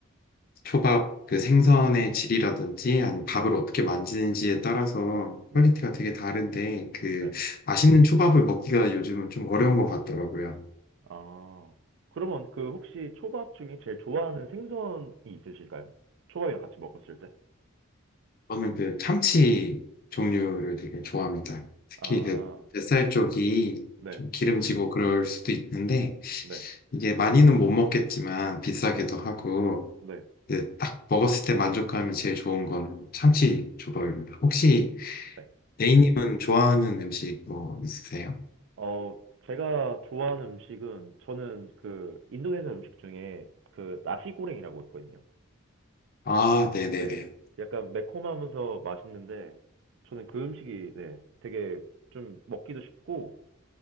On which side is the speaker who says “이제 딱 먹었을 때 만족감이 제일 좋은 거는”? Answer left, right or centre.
Left